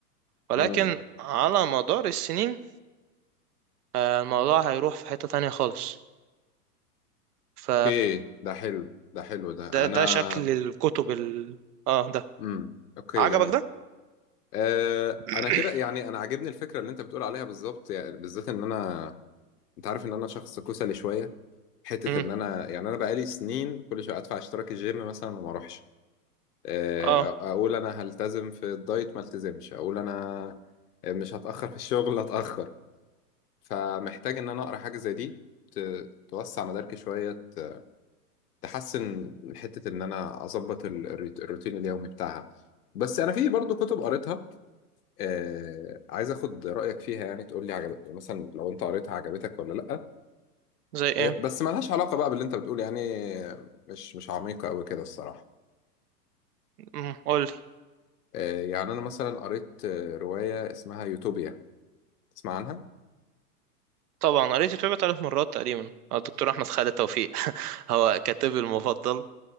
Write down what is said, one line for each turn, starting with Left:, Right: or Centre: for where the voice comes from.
Right: ولكن
Left: امم
Right: على مدار السنين آه، الموضوع هيروح في حته تانية خالص ف
Left: اوكي ده حلو ده حلو ده
Right: ده
Left: انا
Right: ده شكل الكتب ال... اه ده
Left: امم اوكي
Right: عجبك
Left: جميل
Right: ده
Left: آه
Right: <coughs>
Left: انا كده يعني انا عاجبني الفكره اللي انت بتقول عليها بالظبط يعني بالذات ان انا انت عارف ان انا شخص كسلي شويه حته
Right: امم
Left: ان انا يعني انا بقالي سنين كل شويه ادفع اشتراك الجيم مثلا وما اروحش آه،
Right: اه
Left: أ- اقول انا هلتزم في الدايت ما التزمش اقول انا مش هتاخر في الشغل اتاخر فمحتاج ان انا اقرا حاجه زي دي ت- توسع مداركي شويه ت- تحسن من حته ان انا اظبط ال- الروت- الروتين اليومي بتاعها بس انا في برضو كتب قريتها آه، عايز اخد رايك فيها يعني تقول لي عجب مثلا لو انت قريتها عجبتك ولا لا
Right: زي ايه
Left: إيه، بس ملهاش علاقة بقى باللي انت بتقول يعني مش مش عميقة قوي كده الصراحة
Right: امم قول لي
Left: إيه، يعني انا مثلا قريت آه، رواية اسمها يوتوبيا تسمع عنها؟
Right: طبعا قريت الكتاب ثلاث مرات تقريبا آه، الدكتور احمد خالد توفيق <laughs> هو كاتبي المفضل